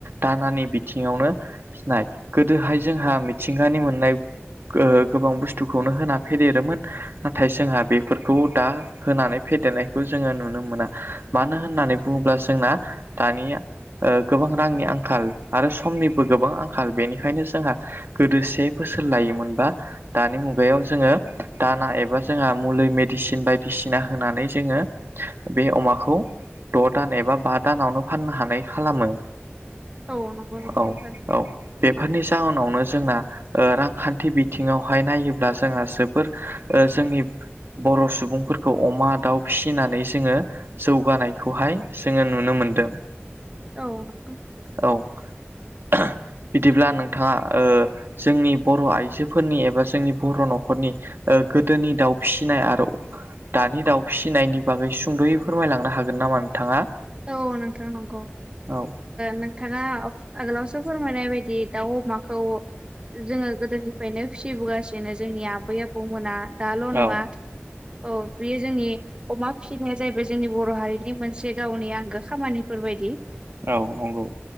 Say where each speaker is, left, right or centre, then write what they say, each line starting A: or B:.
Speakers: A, on the right; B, on the right.
A: दानानि बिथिङावनो नाय गोदोहाय जोंहा मिथिंगानि मोननाय गो-गोबां बुस्थुखौनो होना फेदेरोमोन नाथाय जोंहा बेफोरखौ दा होनानै फेदेरनायखौ जोङो नुनो मोना मानो होननानै बुङोब्ला जोंना दानिया ओ गोबां रांनि आं खाल आरो समनिबो गोबां आंखाल बेनिखायनो जोंहा गोदो से बोसोर लायोमोनबा दानि मुगायाव जोङो दाना एबा जोंहा मुलि मेडिसिन बायदिसिना होनानै जोङो बे अमाखौ द' दान एबा बा दानावनो फाननो हानाय खालामो
B: औ नंगौ नोंथां
A: औ औ बेफोरनि जाहोनावनो जोंना ओ रांखान्थि बिथिङावहाय नायोब्ला जोंहा जोबोर ओ जोंनि बर' सुबुंफोरखौ अमा दाउ फिसिनानै जोङो जौगानायखौहाय जोङो नुनो मो मोनदों
B: औ
A: <unintelligible> बिदिब्ला नोंथाङा ओ जोंनि बर' आइजोफोरनि एबा जोंनि बर' न'खरनि गोदोनि दाउ फिसिनाय आरो दानि दाउ फिसिनायनि बागै सुंद'यै फोरमायलांनो हागोन नामा नोंथाङा
B: औ नोंथां नंगौ
A: औ
B: नोंथाङा आगोलावसो फोरमायनाय बायदि दाउ अमाखौ जोङो गोदोनिफ्रायनो फिसिबोगासिनो जोंनि आबै आबौमोना दाल' नङा
A: औ
B: औ बेयो जोंनि अमा फिसिनाया जाहैबाय जोंनि बर' हारिनि मोनसे गावनि आंगो खामानिफोरबायदि
A: औ नंगौ।